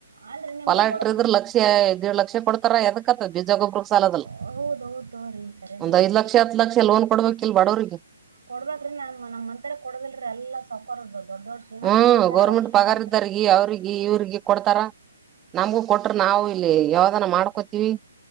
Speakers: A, on the right (about 75°); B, on the right (about 15°).
A: ಅಲ್ರಿ ನಿಮಗೂ
B: ಹೊಲ ಇಟ್ಟ್ರಿದ್ರ
A: ಕೊಡ್ಬ
B: ಲಕ್ಷ್ಯ ಆ ಇದು ಲಕ್ಷ್ಯಡ ತರ ಎದಕತ್ತ ಬೀಜಗೊಬ್ರ ಸಾಲದಲ್ಲ
A: ಹೌದ್ ಹೌದ್ ತೋರಿ ಕರೇನೇ
B: ಒಂದ್
A: ರೀ
B: ಐದ ಲಕ್ಷ ಹತ್ತು ಲಕ್ಷ ಲೋನ್ ಕೊಡ್ಬೇಕು ಲ್ ಬಡೋರಿಗೆ
A: ಕೊಡ್ಬ್ರೀ ನ ನಮ್ ಮಂತ್ರ ಕೊಡದಲ್ರಿೀ ಎಲ್ಲಾ ಸೌಕರ್ದದು ದೊಡ್ ದೊಡ್ ಶ್ರೀಮಂತರ
B: ಹ್ಮ್
A: ಕೊಡ್ತಾರ
B: ಗೌರ್ಮೆಂಟ್
A: ಅವ್ರ ಶ್ರೀಮಂತ್ರ
B: ಪಗಾರ ಇದ್ದಾರ್ಗಿ ಅವ್ರಿಗಿ ಇವ್ರಿಗಿ ಕೊಡ್ತಾರ ನಮ್ಗೂ ಕೊಟ್ರ ನಾವು ಇಲ್ಲಿ ಯಾವ್ದನ ಮಾಡ್ಕೋತೀವಿ